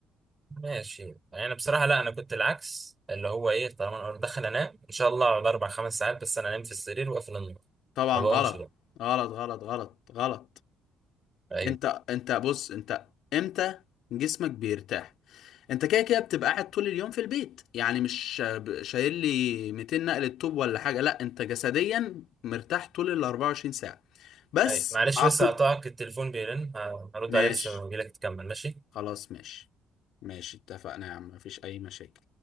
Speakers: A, on the right (about 30°); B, on the left (about 65°).
A: ماشي يعني بصراحه لا انا كنت العكس اللي هو ايه طالما انا دخل انام ان شاء الله على اربع خمس ساعات بس انا انام في السرير واقفل النور
B: طبعا
A: ما بقومش
B: غلط غلط غلط غلط غلط
A: ايوه
B: أنت أنت بص أنت إمتى جسمك بيرتاح انت كده كده بتبقى قاعد طول اليوم في البيت يعني مش ب- شايل لي 200 نقلة طوب ولا حاجة لا انت جسديا مرتاح طول ال 24 ساعة بس
A: ايوه معلش
B: عقل
A: بس هقطعك التليفون بيرن ه- هرد
B: ماشي
A: عليه بس لما اجيلك تكمل ماشي
B: خلاص ماشي ماشي اتفقنا يا عم مفيش اي مشاكل